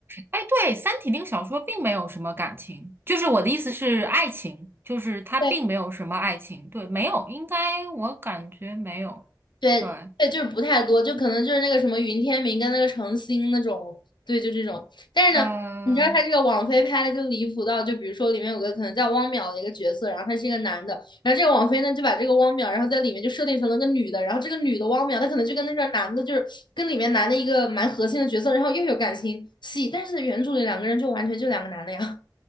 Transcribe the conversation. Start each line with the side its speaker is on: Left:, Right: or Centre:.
Right: 哎，对，《三体》那个小说并没有什么感情，就是我的意思是爱情，就是它并没有什么爱情，
Left: 对，
Right: 对，没有，应该我感觉没有，
Left: 对对，
Right: 对。
Left: 就是不太多，就可能就是那个什么云天明跟那个程心那种，对，就这种。但是呢，
Right: 嗯。
Left: 你知道他这个网飞拍的就离谱到，就比如说里面有个可能叫汪淼的一个角色，然后他是一个男的，然后这个网飞呢就把这个汪淼，然后在里面就设定成了个女的，然后这个女的汪淼，她可能就跟那个男的，就是跟里面男的一个蛮核心的角色，然后又有感情戏，但是原著里两个人就完全就两个男的呀，